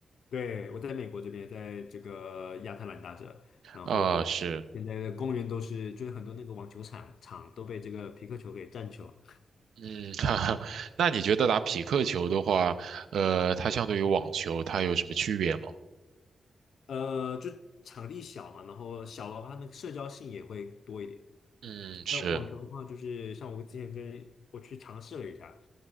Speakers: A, on the left (about 80°); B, on the right (about 80°).
A: 对，我在美国这边，在这个亚特兰大这，然后现在的公园都是，
B: 啊、是。
A: 就是很多那个网球场场都被这个皮克球给占去了。
B: 嗯，<laughs> 哈哈，那你觉得打匹克球的话，呃，它相对于网球，它有什么区别吗？
A: 呃，就场地小嘛，然后小的话，那个社交性也会多一点。
B: 嗯，是，
A: 那网球的话，就是像我之前跟我去尝试了一下，